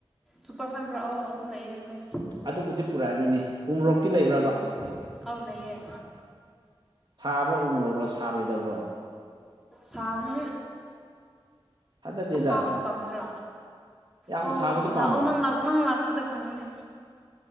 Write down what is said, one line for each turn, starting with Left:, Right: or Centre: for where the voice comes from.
Centre: ꯁꯨꯄꯔ ꯐꯥꯏꯟꯕ꯭ꯔꯥ ꯑꯣ ꯑꯗꯨ ꯂꯩꯔꯦ ꯍ
Right: ꯑꯗꯨꯕꯨꯗꯤ ꯄꯨꯔꯛꯑꯅꯤꯅꯦ ꯎꯃꯣꯔꯣꯛꯇꯤ ꯂꯩꯕ꯭ꯔꯕ
Centre: ꯎꯝ ꯑꯗꯌꯦꯦ
Right: ꯁꯥꯕ ꯎꯝꯂꯣꯔꯣ ꯁꯥꯔꯣꯏꯗꯕ꯭ꯔꯣ
Centre: ꯁꯥꯕꯅꯦ
Right: ꯊꯥꯖꯗꯦꯗ
Centre: ꯑꯁꯥꯕꯅ ꯄꯥꯝꯗ꯭ꯔꯣ
Right: ꯌꯥꯝ
Centre: ꯑꯣ
Right: ꯁꯥꯕꯗꯣ ꯄꯥꯝꯕ
Centre: ꯂꯥꯛꯑꯣ ꯅꯪꯥꯛ ꯅꯪ ꯂꯥꯛꯄꯗ ꯈꯪꯒꯅꯤ